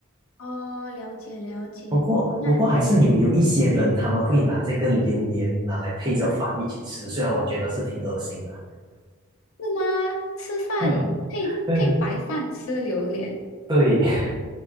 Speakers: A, on the left; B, on the right.
A: 哦，了解了解。
B: 不过，
A: 那是
B: 不过还是有有一些人他们会拿这个榴莲拿来配着饭一起吃，虽然我觉得是挺恶心的。
A: 吗？吃饭配配白饭吃榴莲，
B: 嗯，对，对，<laughs>